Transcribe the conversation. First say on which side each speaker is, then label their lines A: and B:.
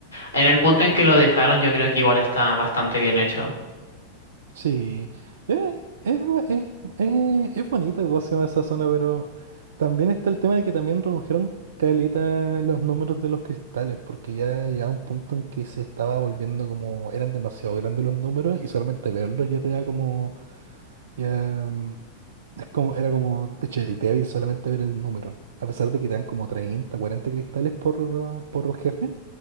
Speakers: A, on the right; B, on the right.
A: en el punto en que lo dejaron yo creo que igual está bastante bien hecho.
B: Sí, eh, es, bu- es- eh, es bonita cómo se llama esa zona, pero también está el tema de que también redujeron caleta los números de los cristales, porque ya llegaba un punto en que se estaba volviendo como, eran demasiado grandes los números y solamente verlos ya te da como, ya, mm, es como, era como te ch- débil solamente ver el número. A pesar de que te dan como 30, 40 cristales por, por jefe,